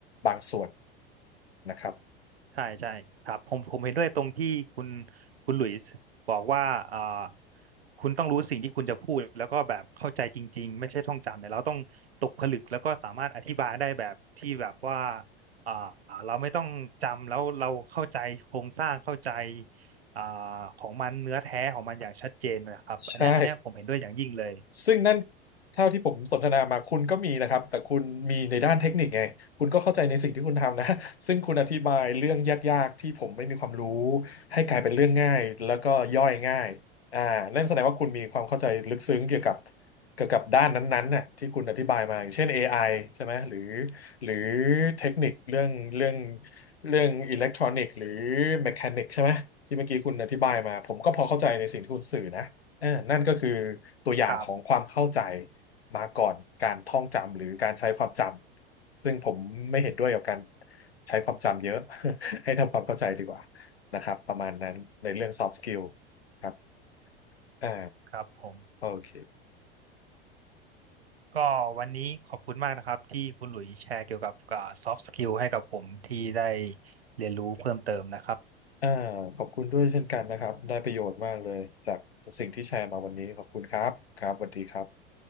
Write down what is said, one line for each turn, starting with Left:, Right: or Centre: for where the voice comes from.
Left: บางส่วนนะครับ
Right: ใช่ใช่ครับผมผมเห็นด้วยตรงที่คุณคุณหลุยส์บอกว่าเอ่อคุณต้องรู้สิ่งที่คุณจะพูดแล้วก็แบบเข้าใจจริงๆไม่ใช่ท่องจำเนี่ยเราต้องตกผลึกแล้วก็สามารถอธิบายได้แบบที่แบบว่าเอ่อเราไม่ต้องจำแล้วเราเข้าใจโครงสร้างเข้าใจอ่าของมันเนื้อแท้ของมันอย่างชัดเจนนะครับอันเนี้ยอันเนี้ยผมเห็นด้วยอย่างยิ่งเลย
Left: ใช่ ซึ่งนั่นเท่าที่ผมสนทนามาคุณก็มีนะครับแต่คุณมีในด้านเทคนิคไงคุณก็เข้าใจในสิ่งที่คุณทำนะซึ่งคุณอธิบายเรื่องยากๆที่ผมไม่มีความรู้ให้กลายเป็นเรื่องง่ายแล้วก็ย่อยง่ายอ่านั่นแสดงว่าคุณมีความเข้าใจลึกซึ้งเกี่ยวกับเกี่ยวกับด้านนั้นๆน่ะที่คุณอธิบายมาอย่างเช่น AI ใช่ไหมหรือหรือเทคนิคเรื่องเรื่องเรื่องอิเล็กทรอนิกส์หรือแมคานิกใช่ไหมที่เมื่อกี้คุณอธิบายมาผมก็พอเข้าใจในสิ่งที่คุณสื่อนะ เออนั่นก็คือตัวอย่างของความเข้าใจ
Right: ครับ
Left: มาก่อนการท่องจำหรือการใช้ความจำซึ่งผมไม่เห็นด้วยกับการใช้ความจำเยอะ <laughs> ให้ทำความเข้าใจดีกว่านะครับประมาณนั้นในเรื่อง soft skill ครับอ่า
Right: ครับผม
Left: โอเค
Right: ก็วันนี้ขอบคุณมากนะครับที่คุณหลุยส์แชร์เกี่ยวกับซอฟต์สกิลให้กับผมที่ได้เรียนรู้เพิ่มเติมนะครับ
Left: อ่าขอบคุณด้วยเช่นกันนะครับได้ประโยชน์มากเลยจากสิ่งที่แชร์มาวันนี้ขอบคุณครับครับสวัสดีครับ